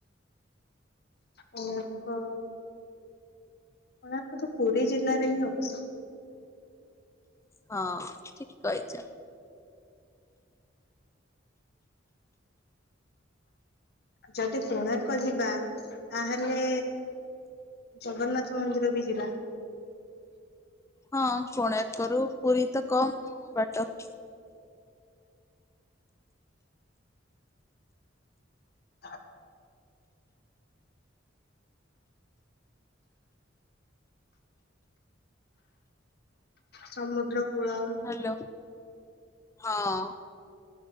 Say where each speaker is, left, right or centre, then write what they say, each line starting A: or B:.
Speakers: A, on the left (about 55°); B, on the left (about 15°).
A: କୋଣାର୍କ କୋଣାର୍କ ତ ପୁରୀ ଜିଲ୍ଲାରେ ହିଁ ଅବସ୍ତିତ।
B: ହଁ ଠିକ କହିଛ।
A: ଯଦି କୋଣାର୍କ ଯିବା ତାହେଲେ। ଜଗନ୍ନାଥ ମନ୍ଦିର ବି ଯିବା।
B: ହଁ କୋଣାର୍କ ରୁ ପୁରୀ ତ କମ ବାଟ।
A: ହ ସମୁଦ୍ର କୂଳ।
B: ହ୍ୟାଲୋ ହଁ।